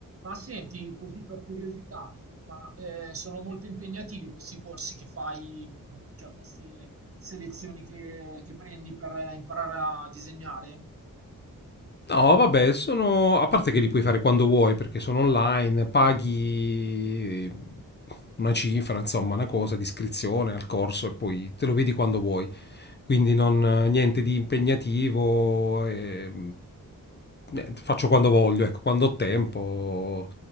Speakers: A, on the right; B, on the left.
A: Ma senti, così per curiosità, ma eh, sono molto impegnativi questi corsi che fai cioè queste selezioni che che prendi per imparare a disegnare?
B: No, vabbè, sono... a parte che li puoi fare quando vuoi perché sono online, paghi una cifra, insomma, una cosa di iscrizione al corso e poi te lo vedi quando vuoi. Quindi non, niente di impegnativo, e, niente, faccio quando voglio, ecco, quando ho tempo.